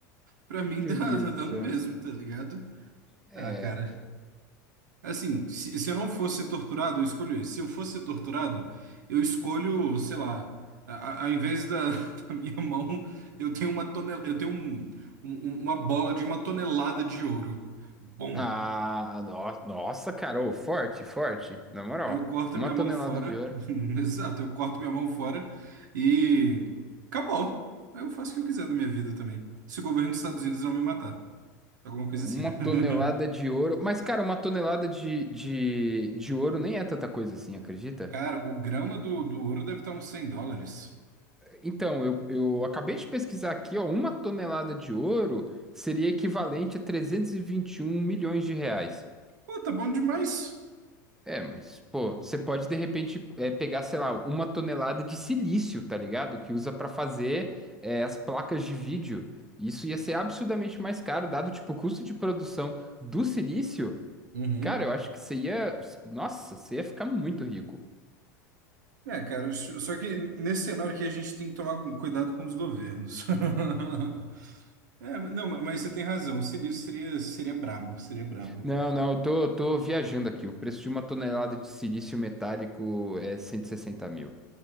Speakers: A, on the right; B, in the centre.
A: pra mim
B: Meu
A: dá,
B: Deus
A: dá
B: do céu.
A: no mesmo, tá ligado?
B: É.
A: Ah, cara. Assim, se, se eu não fosse ser torturado, eu escolho esse. Se eu fosse ser torturado, eu escolho, sei lá, a, a- ao invés da, <laughs> da minha mão, eu tenho uma tonel, eu tenho um- um- um, uma bola de uma tonelada de ouro. Bom,
B: Ah, no- nossa, cara, ô, forte, forte, na moral.
A: eu corto
B: Uma
A: minha
B: tonelada
A: mão fora.
B: de ouro.
A: <laughs> Exato, eu corto minha mão fora e acabou. eu faço o que eu quiser da minha vida também. Se o governo dos Estados Unidos não me matar. Alguma coisa
B: Uma
A: assim, né?
B: tonelada
A: <laughs>
B: de ouro. Mas, cara, uma tonelada de, de, de ouro nem é tanta coisa assim, acredita?
A: Cara, o grama do, do ouro deve estar uns cem dólares.
B: Então, eu, eu acabei de pesquisar aqui, ó, uma tonelada de ouro seria equivalente a trezentos e e vinte e um milhões de reais.
A: Pô, tá bom demais.
B: É, mas, pô, você pode de repente é, pegar, sei lá, uma tonelada de silício, tá ligado? Que usa pra fazer é, as placas de vídeo. Isso ia ser absurdamente mais caro, dado tipo o custo de produção do silício.
A: Uhum.
B: Cara, eu acho que você ia. Nossa, você ia ficar muito rico.
A: É, cara, s- só que nesse cenário que a gente tem que tomar um cuidado com os governos. <laughs> É, não, ma- mas você tem razão. O Sirius seria, seria brabo, seria brabo.
B: Não, não, eu tô, tô viajando aqui. O preço de uma tonelada de silício metálico é 160 mil.